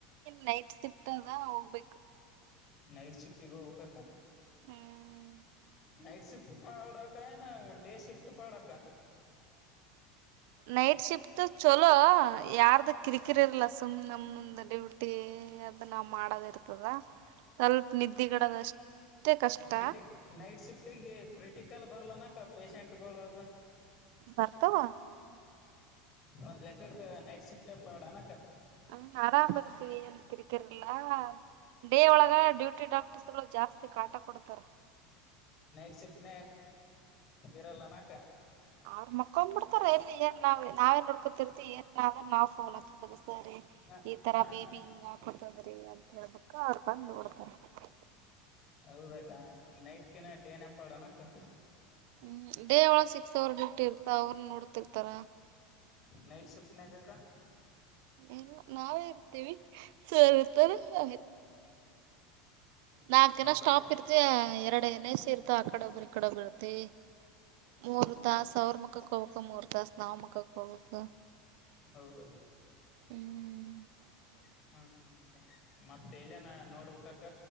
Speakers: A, on the right; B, on the left.
A: ನೈಟ್ ಶಿಫ್ಟ್ ಅದ ಹೋಗ್ಬೇಕು
B: ನೈಟ್ ಶಿಫ್ಟಗ ಕ
A: ಹ್ಮ್
B: ನೈಟ್ ಶಿಫ್ಟ ಪಾಡಕ ಡೇ ಶಿಫ್ಟ ಪಾಡಕ
A: ನೈಟ್ ಶಿಫ್ಟ ಚಲೋ ಯಾರ್ದ ಕಿರಿಕಿರಿ ಇರ್ಲ ಸುಮ್ನೆ ನಮಂದು ಡ್ಯೂಟಿ ನಾ ಮಾಡದ ಇರ್ತದ ಸ್ವಲ್ಪ ನಿದ್ದಿಗಿಡದ ಅಷ್ಟೇ ಕಷ್ಟ
B: ಕ್ರಿಟ ನೈಟ್ ಶಿಫ್ಟಿಗೆ ಕ್ರಿಟಿಕಲ್ ಬರ್ಲಾನಕ್ಕ ಪೇಶೆಂಟ್ಗಳು ಅದು
A: ಬರ್ತಾವ
B: ಒಂದ್ ಲೆಕ್ಕಕ್ಕ ನೈಟ್ ಶಿಫ್ಟ್ ಪಡ ಅಣಕ್ಕ
A: ಹ್ಮ್ ಆರಾಮದತ್ರ ತಿರಲ ಡೇ ಒಳಗ ಡ್ಯೂಟಿ ಡಾಕ್ಟರ್ಸ್ಗಳು ಜಾಸ್ತಿ ಕಾಟ ಕೊಡ್ತಾರ
B: ನೈಟ್ ಶಿಫ್ಟ್ ಇರಲ್ಲನಾಕ
A: ಅವ್ರ್ ಮಕ್ಕೊೊಂಡ್ಬ ಬಿಡ್ತಾರ ಎಲ್ಲಿ ಏನ್ ನಾವ್ ನಾವೇನ್ ನೋಡ್ಕೋತಿರ್ತಿ ಏನಾದ್ರರು ನಾವ್ ಫೋಲ್
B: ಹ
A: ಈ ತರ
B: ಹಾ
A: ಬೇಬಿ
B: ಹಾ
A: ಹಿಂಗ ಹಾಕತದ ರಿ ಅಂತ ಹೇಳ್ಬ ಅವ್ರು ಬಂದು ಬಿಡ್ತಾರೆ
B: ಹೌದಾಕ್ಕ ನೈಟ್ ಕಿನ ಡೇನ ಪಡ ಅಕ್ಕ
A: ಹ್ಮ್ ಡೇ ಒಳಗ ಸಿಕ್ಸ್ ಅವರ್ ಡ್ಯೂಟ್ ಇರ್ತ ಅವ್ರ ನೋಡ್ತಿರ್ತಾರ.
B: ನೈಟ್ ಶಿಫ್ಟ್ನ <inaudible> ಕ.
A: ಎಲ್ಲ ನಾವೇ ಇರ್ತೇವಿ ಸರ್ ಇರ್ತಾರಲ್ಲ. ನಾಕ್ ಜನ
B: ಹೌದಕ್ಕ
A: ಸ್ಟಾಪ್ ಇರ್ತಿ ಎರಡನ ಏನ್ ಎಸ್ ಇರ್ತ ಆ ಕಡೆ ಒಬ್ಬ್ರ ಈ ಕಡೆ ಒಬ್ಬ ಇರ್ತಿ. ಮೂರು ತಾಸು ಅವರು ಮುಕ್ಕ ಕೊವಿಕ್ಕ ಮೂರು ತಾಸು ನಾಮ ಮುಕ್ಕ ಕೊವಿಕ್ಕ
B: ಹೌದ.
A: ಹ್ಮ್.
B: ಹ್ಮ ಹ್ಮ ಅ ಮತ್ತ ಎಲ್ಲನ ನೋಡ್ಬೇಕಕ್ಕ.